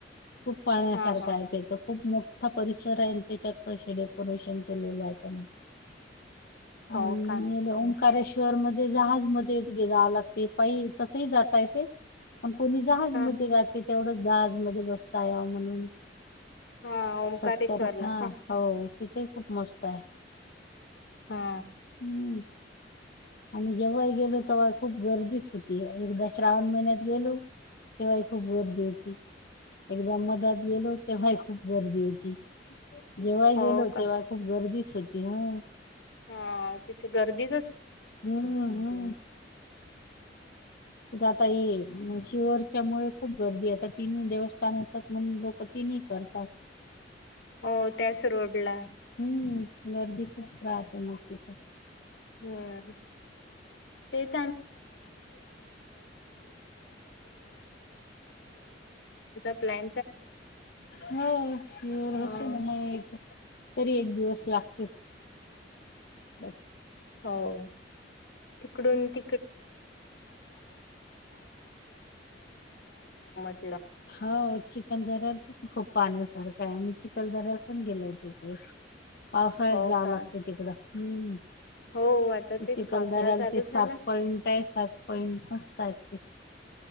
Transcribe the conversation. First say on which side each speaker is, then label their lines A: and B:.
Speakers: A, on the left (about 60°); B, on the left (about 80°).
A: खूप- पाहण्यासारख
B: हा हा
A: आहे तेथे खूप मोठा परिसर आहे. त्याच्यात पदर्शन डेकोरेशन केलेलं आहे त्यांनी
B: हो
A: आणि ओंकारेश्वर
B: का
A: ओकारेश्वर मध्ये जहाज मध्ये जावं लागते पाई तसही जाता येतय. पण कोणी जहाजमध्ये
B: हा
A: जाते तेवढंच जहाज मध्ये बसता याव म्हणून?
B: हा ओंकारेश्ववरला
A: सत्तर हा हो तिथेही खूप मस्त आहे.
B: हा
A: हम्म आम्ही जेव्हाही गेलो तेव्हा खूप गर्दीच होती एकदा श्रावण महिन्यात गेलो. तेव्हाय खूप गर्दी होती. एकदा मधात गेलो तेव्हाही खूप गर्दी होती. जेव्हा
B: हो
A: गेलो
B: का
A: तेव्हा खूप गर्दीच होती ह-
B: हा तिथे गर्दीच,
A: हम्म हम्म तिथ आता ह शिर- त्याच्यामुळे खूप गर्दी आहेता तिन्ही देवस्थान होतात. म्हणून लोक तिन्ही करतात.
B: हो त्याच रोडला,
A: हम्म गर्दी खूप राहते म तेथे,
B: हम्म तेच, <unintelligible> प्लॅ,
A: हो होते
B: हा.
A: ना मग तरी एक दिवस लाग, <unintelligible>
B: हो तिकडून त <unintelligible>
A: <unintelligible> चिखल दर्याल पण खूप पाण्यासारखं आहेम्ही चिखल दर्याला पण गेलो होते. पावसाळ्यात
B: हो
A: जावं
B: का?
A: लागते. तिकडं हम्म,
B: हो,
A: <unintelligible>
B: आता तेच पावसाळा चालू झाला